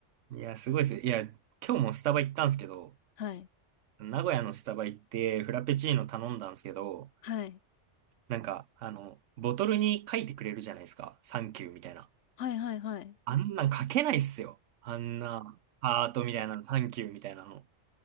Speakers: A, on the right; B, on the left.
A: いや、すごいです。いや、今日もスタバ行ったんですけど、
B: はい。
A: 名古屋のスタバ行ってフラペチーノ頼んだんですけど、
B: はい。
A: なんか、あの、ボトルに書いてくれるじゃないですか。サンキューみたいな。
B: はいはいはい。
A: あんなん書けないっすよ。あんな、ハートみたいなの、サンキューみたいなの。